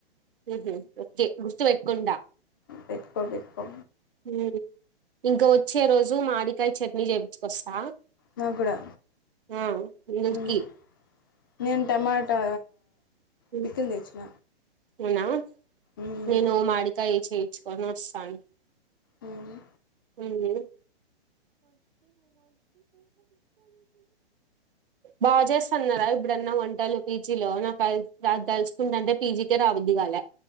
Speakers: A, on the right; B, on the left.
A: ఉహుమ్ ఓకే గుర్తు వైపుకుంటా
B: పెటుకో పెటుకో
A: ఉమ్, ఇంకా వచ్చే రోజు మాడికాయ చట్నీ చేయించుకొస్తా
B: నాకు కూడా
A: ఆ అనిటికి
B: మ్మ్. నేను టమాటా
A: ఉమ్,
B: పికిల తెచ్చిన
A: అవునా
B: మ్మ్.
A: నేను మామిడికాయ ఈ చే కు సాను
B: అవును
A: ఎంది బాగా చేస్తున్నారా ఇప్పుడన్నా వంటలు పీజీలో నాకు తెలుసుకుంటంటే పీజీకే రావద్దుగాాలే